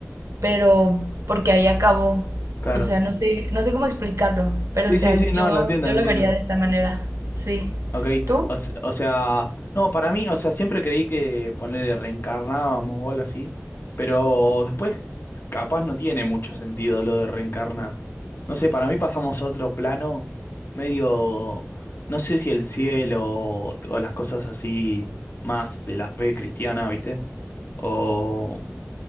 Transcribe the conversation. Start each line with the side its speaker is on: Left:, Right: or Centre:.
Right: pero porque ahí acabó.
Left: Claro.
Right: O sea, no sé, no sé cómo explicarlo, pero
Left: Sí,
Right: o sea,
Left: sí, sí,
Right: yo,
Left: no, lo entiendo,
Right: yo
Left: lo
Right: lo
Left: entiendo.
Right: vería de esa manera. Sí.
Left: Ok,
Right: ¿Tú?
Left: o, se- o sea, no, para mí, o sea, siempre creí que ponerle reencarnábamos o algo así, pero después capaz no tiene mucho sentido lo de reencarnar. No sé, para mí pasamos a otro plano medio, no sé si el cielo o, o las cosas así más de la fe cristiana, ¿viste? O,